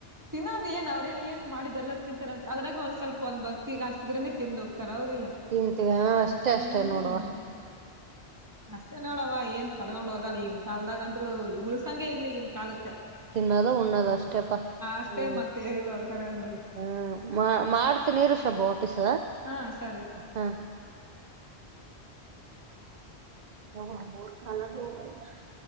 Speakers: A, on the right (about 15°); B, on the right (about 50°).
A: ತಿನ್ನೋದ ಏನ್ ಅವ್ರೇ ಏನ್ ಏನ್ ಮಾಡಿದ್ದ ಎಲ್ಲ ತಿಂತಾರ ಅಂತಿ ಅದ್ರಾಗ ಒಂದ ಸ್ವಲ್ಪ ಒಂದ್ ಬಗ್ಸಿಗ್ ಹಾಕಿದ್ರೆೇನೆ ತಿಂದು ಹೋಗ್ತಾರ ಹೌದಿಲ್ಲ.
B: ತಿಂತೀವ್ಯಾ ಅಷ್ಟೇ
A: ಹ್ಮ್
B: ಅಷ್ಟೇ ನೋಡವ.
A: ಅಷ್ಟೇ ನೋಡವ ಏನ್ ಕಟ್ಕೊಂಡ್ ಹೋಗಲ್ಲ ಈಗಿನ್ ಕಾಲದಾಗ ಅಂತ್ರು ಉಳಸಂಗೆ ಇಲ್ಲ ಈಗಿನ ಕಾಲಕ್ಕ.
B: ತಿನ್ನೋದು ಉಣ್ಣದ ಅಷ್- ಷ್ಟಪ
A: ಅಷ್ಟೇ
B: ಹ್ಮ
A: ಮತ್ತೆ ಇಲ್ಲೋಳ್ಕರೆ ಅಂದ್ರ
B: ಹ್ಮ್ ಮಾಡ್ತೀನಿ ಇರು ಶಬ್ಬು ವಾಪೀಸ್.
A: ಹಾ ಸರಿ.
B: ಹಾ. <inaudible>